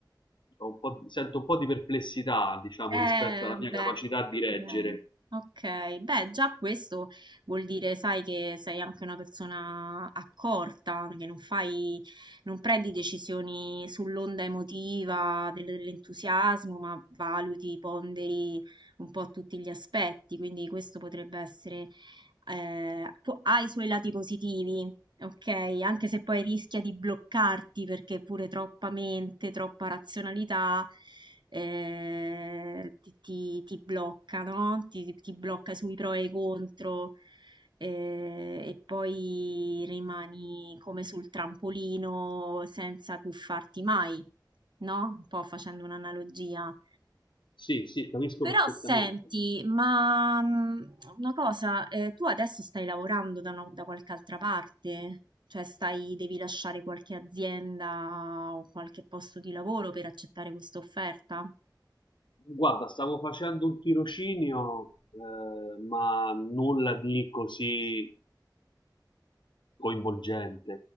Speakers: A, on the left (about 75°); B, on the right (about 70°).
A: ho un po' di- sento un po' di perplessità, diciamo,
B: Eh,
A: rispetto alla
B: beh,
A: mia capacità di reggere.
B: direi. Ok, beh, già questo vuol dire, sai, che sei anche una persona accorta, che non fai, non prendi decisioni sull'onda emotiva del- dell'entusiasmo, ma valuti, ponderi un po' tutti gli aspetti, quindi questo potrebbe essere ehm, può- ha i suoi lati positivi, ok? Anche se poi rischia di bloccarti perché pure troppa mente, troppa razionalità eh, ti, ti- ti blocca, no? Ti, ti- ti blocca sui pro e i contro. eh, e poi rimani come sul trampolino senza tuffarti mai, no? Un po' facendo un'analogia.
A: Sì, sì, capisco
B: Però
A: perfettamente.
B: senti, ma mm, una cosa, eh, tu adesso stai lavorando da, una- da qualche altra parte? Cioè stai, devi lasciare qualche azienda o qualche posto di lavoro per accettare questa offerta?
A: Guarda, stavo facendo un tirocinio, eh, ma nulla di così coinvolgente.